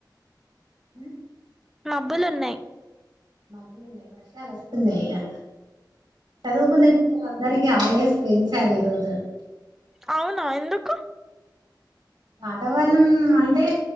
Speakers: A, on the right; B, in the centre.
A: ఉ
B: మబ్బులు ఉన్నాయి
A: మబ్బులు ఉన్నాయి వర్షాలు వస్తున్నాయి ఇగా చదువుకునే పిల్లల అందరికీ హాలిడేస్ పెంచారు ఈరోజు
B: అవునా ఎందుకు
A: వాతావరణం అంటే